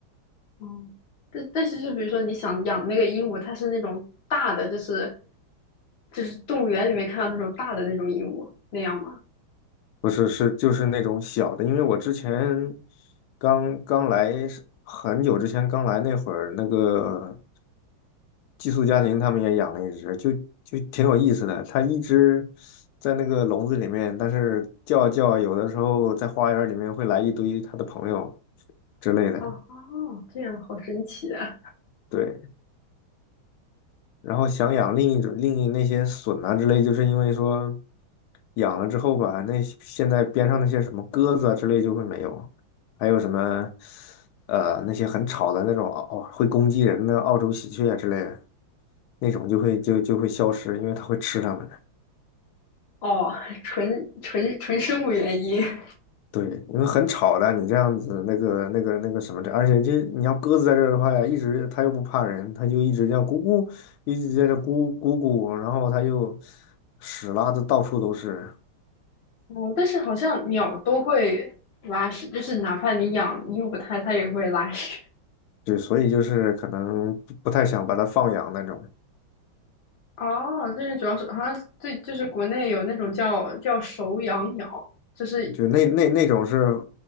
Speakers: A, on the left (about 35°); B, on the left (about 90°).
A: 嗯，但但是就比如说你想养那个鹦鹉，它是那种大的，就是就是动物园里面看到那种大的那种鹦鹉那样吗？
B: 不是，是就是那种小的，因为我之前刚刚来是很久之前刚来那会儿，那个寄宿家庭他们也养了一只，就就挺有意思的。它一只在那个笼子里面，但是叫啊叫啊有的时候在花园里面会来一堆它的朋友之类的。
A: 哦哦，这样好神奇啊！
B: 对，然后想养另一种另一那些笋啊之类，就是因为说养了之后吧，那些现在边上那些什么鸽子啊之类就会没有，还有什么呃那些很吵的那种哦会攻击人的澳洲喜鹊啊之类的那种就会就就会消失，因为它会吃它们。
A: 哦，纯纯纯生物原因。<laughs>
B: 对，因为很吵的，你这样子那个那个那个什么的，而且这你要鸽子在这儿的话呀，一直它又不怕人，它就一直这样咕咕，一直在这咕咕咕，然后它又屎拉的到处都是。
A: 哦，但是好像鸟都会拉屎，就是哪怕你养鹦鹉它，它也会拉屎。
B: 对，所以就是可能不不太想把它放养那种，
A: 哦，但是主要是好像最就是国内有那种叫叫手养鸟，就是
B: 就那那那种是